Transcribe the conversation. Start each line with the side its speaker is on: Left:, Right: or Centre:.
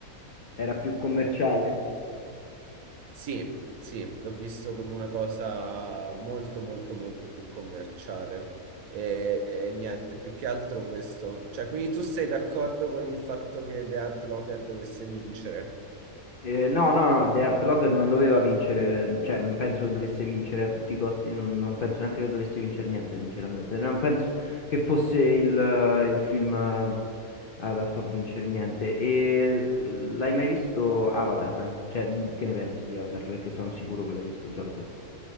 Left: Era più commerciale.
Right: Sì, sì, l'ho visto come una cosa molto molto molto più commerciale e, e niente, più che altro questo. Cioè, quindi tu sei d'accordo con il fatto che The Art Locker dovesse vincere?
Left: Eh, no, no, no, The Art Locker non doveva vincere, cioè non penso che dovesse vincere a tutti i costi, non, non penso neanche che dovesse vincere niente, sinceramente. Non penso che fosse il, eh, il film eh, adatto a vincere niente. E eh, l'hai mai visto Avatar? Cioè, che ne pensi di Avatar? Perché sono sicuro che l'hai visto, già lo so.